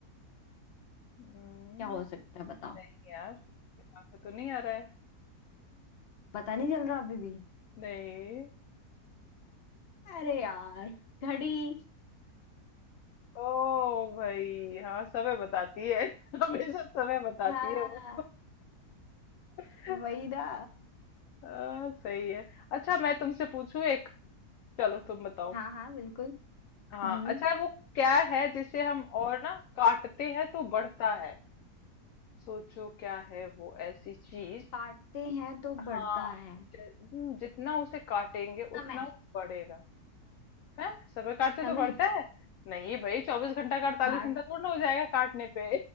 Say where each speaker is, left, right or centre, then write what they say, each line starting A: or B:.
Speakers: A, on the left; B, on the left.
A: हम्म,
B: क्या हो सकता है बताओ
A: नहीं यार दिमाग में तो नहीं आ रहा है
B: पता नहीं चल रहा अभी भी
A: नहीं
B: अरे यार घड़ी
A: ओ भाई हाँ समय बताती है <laughs> हमेशा समय बताती
B: हाँ
A: है वो <laughs>
B: वही ना
A: आ, सही है अच्छा मैं तुमसे पूछूं एक चलो तुम बताओ
B: हाँ हाँ बिल्कुल
A: हाँ
B: हम्म
A: अच्छा वो क्या है जिसे हम और ना काटते हैं तो बढ़ता है सोचो क्या है वो ऐसी चीज
B: काटते हैं तो
A: हाँ
B: बढ़ता है
A: ज- हम्म, जितना उसे काटेंगे
B: समय
A: उतना वो बढ़ेगा है समय काटते तो
B: समय
A: बढ़ता है नहीं भाई चौबीस घंटा का अड़तालीस
B: हार्ट
A: घंटा थोड़ा ना हो जाएगा काटने पे